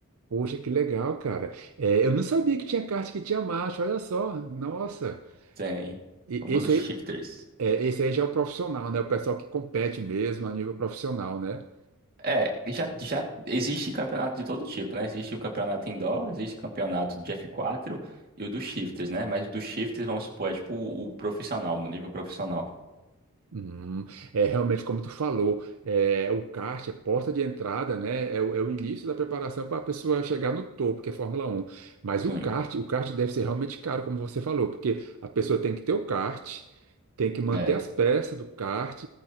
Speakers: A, on the right (about 70°); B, on the right (about 45°).
A: poxa, que legal, cara. É, eu não sabia que tinha kart que tinha marcha, olha só. Nossa.
B: Tem
A: E
B: o famoso
A: esse
B: shifters.
A: aí, é, esse aí já é o profissional, né? O pessoal que compete mesmo a nível profissional, né?
B: É, já, já existe campeonato de todo tipo, né? Existe o campeonato indoor, existe campeonato de F4 e o dos shifters, né? Mas o do shifters, vamos supor, é tipo o, o profissional, no nível profissional.
A: Hum, é realmente como tu falou, é, o kart é porta de entrada, né? É, o é o início da preparação para a pessoa chegar no topo, que é Fórmula Um. Mas
B: Sim,
A: o kart, o kart deve ser realmente caro, como você falou, porque a pessoa tem que ter o kart, tem que manter
B: é.
A: as peças do kart,